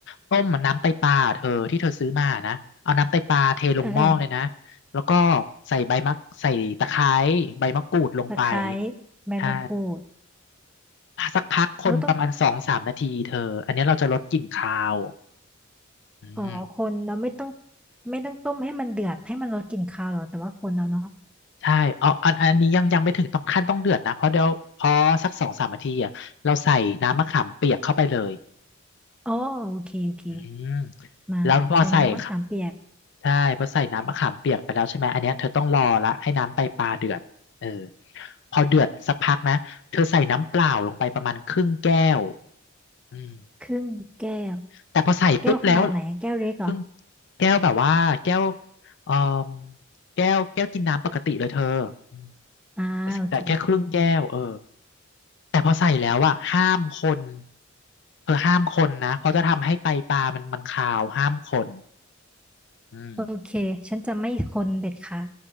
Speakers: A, on the left; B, in the centre.
A: ต้มมันน้ำไตปลาเธอที่เธอซื้อมานะเอาน้ำไตปลาเทลงหม้อเลยนะ
B: เออเออ
A: แล้วก็ใส่ใบมะใส่ตะไคร้ใบมะกรูดลงไป
B: ตะไคร้ใบมะกรูด
A: ใช่สักพักคนประมาณสองสามนาทีเธออันนี้เราจะลดกลิ่นคาว
B: แล้วต้อง
A: อืม
B: อ๋อคนเราไม่ต้องไม่ต้องต้มให้มันเดือดให้มันลดกลิ่นคาวหรอ แต่ว่าคนเราเนาะ
A: ใช่เอาอันอันนี้ยังยังไม่ถึงต้องขั้นต้องเดือดนะ เพราะเดี๋ยวพอสักสองสามนาทีอ่ะเราใส่น้ำมะขามเปียกเข้าไปเลย
B: อ๋อโอเคโอเค
A: อืม
B: มาใส่น้ำมะขามเปียก
A: แล้วพอใส่ค่ะใช่พอใส่น้ำมะขามเปียกไปแล้วใช่ไหมอันเนี้ยเธอต้องรอละให้น้ำไตปลาเดือดเออพอเดือดสักพักนะเธอใส่น้ำเปล่าลงไปประมาณครึ่งแก้วอืม
B: ครึ่งแก้ว
A: แต่พอใส่ปุ๊บแล้ว
B: แก้วขนาดไหนอะแก้วเล็กเหรอ
A: ครึ่งแก้วแบบว่าแก้วเอ่อแก้วแก้วกินน้ำปกติเลยเธออืม
B: อ่าโอเค
A: แต่แค่ครึ่งแก้วเออแต่พอใส่แล้วอะห้ามคนเธอห้ามคนนะเพราะจะทำให้ไตปลามันมันคาวห้ามคนอืม
B: โอเคฉันจะไม่คนเด็ดขาด